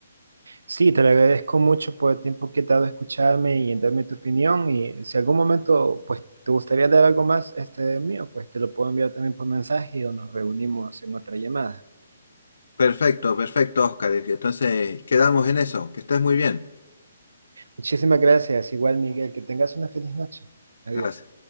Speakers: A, on the right; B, on the left.
A: Sí, te lo agradezco mucho por el tiempo que te ha dado a escucharme y en darme tu opinión y si algún momento pues te gustaría dar algo más este mío, pues te lo puedo enviar también por mensaje o nos reunimos en otra llamada.
B: Perfecto, perfecto, Oscar. Entonces quedamos en eso. Que estés muy bien.
A: Muchísimas gracias. Igual, Miguel, que tengas una feliz noche. Adiós.
B: Gracias.